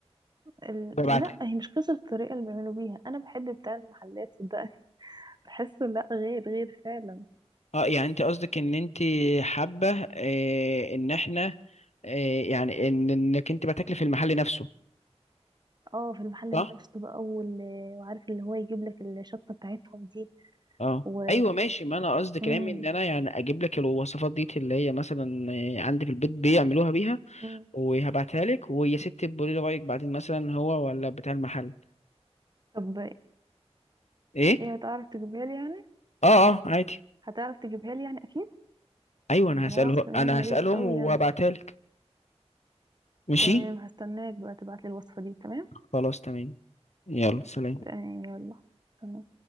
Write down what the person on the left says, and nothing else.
ببعتها
اه يعني انت قصدك ان انت حابه آه، ان احنا آه، يعني ان انك انت بتاكلي في المحل نفسه
صح
اه
ايوه ماشي ما انا قصدي كلامي
ان انا يعني اجيب لك الوصفات دي اللي هي مثلا آه، عندي في البيت بيعملوها بيها
وهبعتها لك ويا ست تقولي لي رايك بعدين مثلا هو ولا بتاع المحل
ايه
اه اه عادي
ايوه
انا
هساله
انا
هسالهم
وابعتها
لك ماشي
خلاص تمام يلا سلام